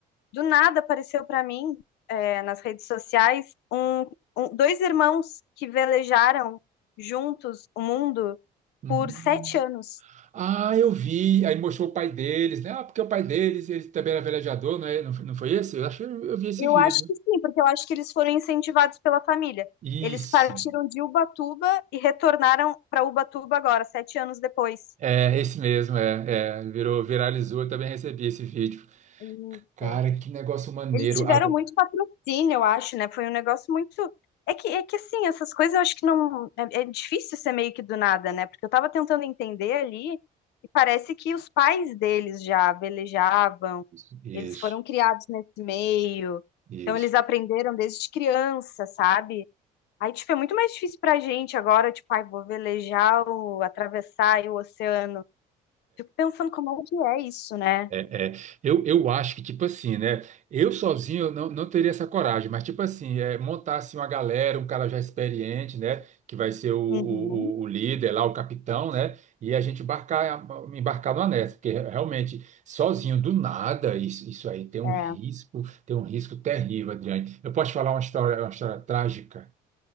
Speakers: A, on the left; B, on the right.
A: Do nada apareceu pra mim, é, nas redes sociais, um, um- dois irmãos que velejaram juntos o mundo.
B: Hum.
A: por sete anos.
B: Ah, eu vi. Aí mostrou o pai deles, né? Ah, porque o pai deles, ele também era velejador, não é? Não foi não foi esse? Eu acho que eu eu vi esse
A: Eu
B: vídeo.
A: acho que sim, porque eu acho que eles foram incentivados pela família.
B: Isso.
A: Eles partiram de Ubatuba e retornaram para Ubatuba agora, sete anos depois.
B: É, esse mesmo, é, é, virou, viralizou, eu também recebi esse vídeo.
A: Isso.
B: Cara, que negócio maneiro.
A: Eles tiveram
B: Agora...
A: muito patrocínio, eu acho, né? Foi um negócio muito. É que, é que assim, essas coisas eu acho que não. É, é difícil ser meio que do nada, né? Porque eu tava tentando entender ali e parece que os pais deles já velejavam,
B: Isso, isso.
A: eles foram criados nesse meio,
B: isso.
A: então eles aprenderam desde criança, sabe? Aí, tipo, é muito mais difícil pra gente agora, tipo, ai, vou velejar, o, atravessar aí o oceano. Fico pensando como é que é isso, né?
B: É, é. Eu, eu acho que, tipo assim, né? Eu sozinho eu não, não teria essa coragem, mas, tipo assim, é, montar assim, uma galera, um cara já experiente, né? Que vai ser o, o,
A: Uhum,
B: o- o líder lá, o capitão, né? E a gente embarcar, embarcar numa nessa, porque realmente, sozinho, do nada, isso, isso aí tem um
A: é.
B: risco, tem um risco terrível, Adriane. Eu posso te falar uma história, uma história trágica?